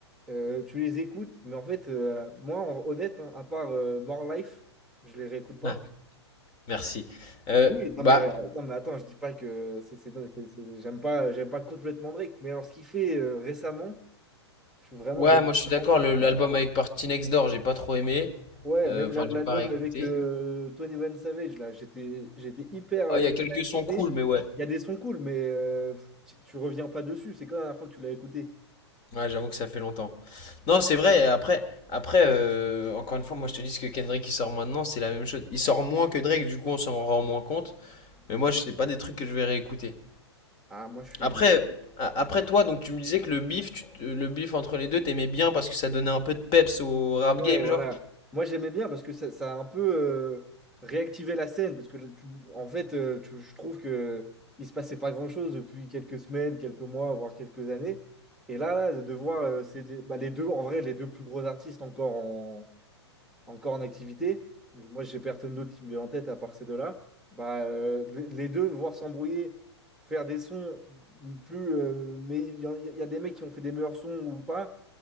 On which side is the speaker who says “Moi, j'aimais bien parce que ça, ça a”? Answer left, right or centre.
Centre